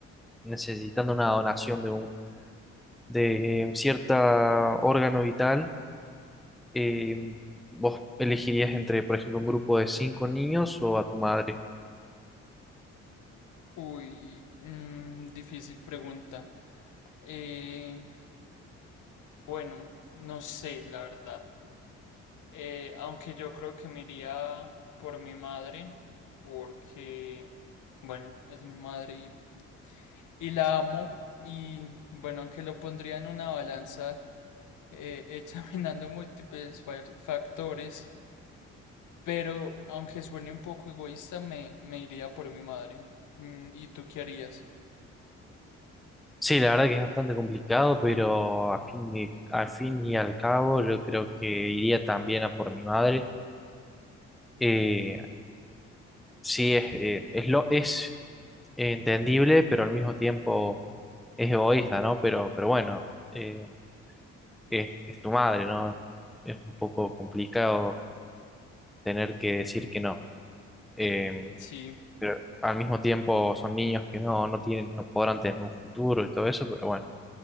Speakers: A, in the centre; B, on the left.
A: necesitando una donación de un, de eh, cierta órgano vital, eh, ¿vos elegirías entre, por ejemplo, un grupo de cinco niños o a tu madre?
B: Uy, mm, difícil pregunta. Eh, bueno, no sé, la verdad. Eh, aunque yo creo que me iría por mi madre, porque, bueno, es mi madre y, y la amo. Y bueno, aunque lo pondría en una balanza, eh, <laughs> examinando múltiples fa- factores, pero aunque suene un poco egoísta, me, me iría por mi madre. Mm, ¿y tú qué harías?
A: Sí, la verdad que es bastante complicado, pero a fin y, a fin y al cabo yo creo que iría también a por mi madre. Eh, sí, es, eh, es, lo, es entendible, pero al mismo tiempo es egoísta, ¿no? Pero, pero bueno, eh, es, es tu madre, ¿no? Es un poco complicado tener que decir que no. Eh,
B: Sí,
A: pero al mismo tiempo son niños que no, no tienen, no podrán tener un futuro y todo eso, pero bueno,